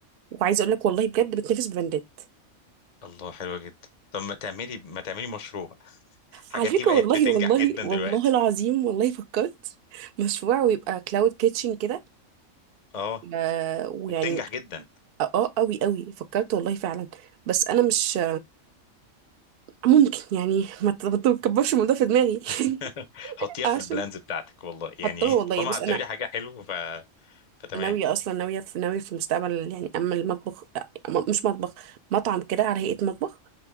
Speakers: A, on the right; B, on the left.
A: وعايزه اقول لك والله بجد بتنافس براندات
B: الله حلوة جدا طب ما تعملي ما تعملي مشروع الحاجات
A: على فكره
B: دي بقت
A: والله
B: بتنجح
A: والله
B: جدا
A: والله
B: دلوقتي
A: العظيم والله فكرت مشروع ويبقى كلاود كيتشن كده
B: اه
A: آه، ويعني
B: وبتنجح جدا
A: اه قوي قوي فكرت والله فعلا بس انا مش ممكن يعني ما ت- ما تكبرش الموضوع في دماغي
B: <laughs>
A: <laughs>
B: حطيها
A: عشان
B: في البلانز بتاعتك والله يعني
A: حطاه والله
B: طالما
A: بص
B: هتعملي
A: انا
B: حاجة حلوة ف فتمام
A: ناويه اصلا ناويه في ناويه في المستقبل يعني اما المطبخ آه، م- مش مطبخ مطعم كده على هيئه مطبخ